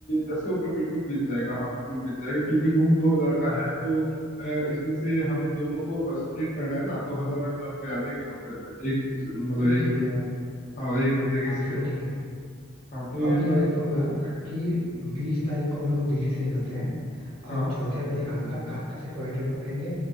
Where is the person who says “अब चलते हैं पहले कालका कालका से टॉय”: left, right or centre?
Right